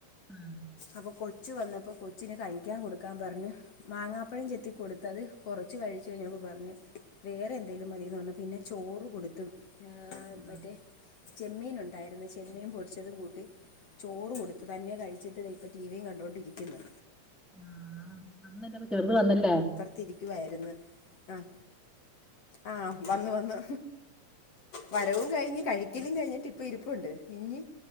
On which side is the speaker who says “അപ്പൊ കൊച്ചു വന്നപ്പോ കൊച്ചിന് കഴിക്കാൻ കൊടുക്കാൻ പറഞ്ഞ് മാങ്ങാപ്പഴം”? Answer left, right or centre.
Left